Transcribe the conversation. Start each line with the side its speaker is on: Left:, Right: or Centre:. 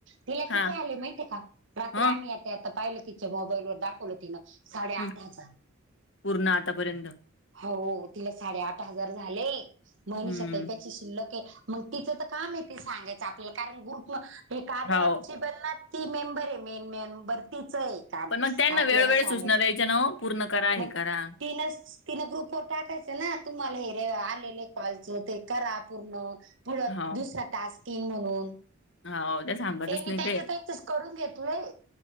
Right: तिला किती
Left: हा
Right: आले माहितीय का रात्री
Left: हं
Right: आम्ही- ते आता पाहिलं तिंच्या मोबाईलवर दाखवलं तिंन साडे आठ
Left: हं
Right: हजार.
Left: पूर्ण आतापर्यंत
Right: हो तिला साडे आठ हजार झाले
Left: हम्म
Right: मनीषा ताई पण शिल्लक आहे मग तिच तर काम सांगायच आपल्याला कारण ग्रुप हे कार
Left: हाव
Right: फसिबल ना ती मेंबर आहे मेन मेंबर तिचं आहे. काम
Left: पण मग त्यांना
Right: आपल्याला
Left: वेळोवेळ
Right: सांगाय
Left: सूचना द्यायच्या ना हो पूर्ण करा हे
Right: मग
Left: करा
Right: तीनच तिन ग्रुप वर टाकायचं ना तुम्हाला हे रे आलेले कॉलच ते करा पूर्ण. परत
Left: हाव
Right: दुसरा टास्क येईल म्हणून.
Left: हाव त्या सांगतच
Right: त्यांनी
Left: नाही
Right: त्यांच
Left: ते
Right: त्यांचच करून घेतलंय.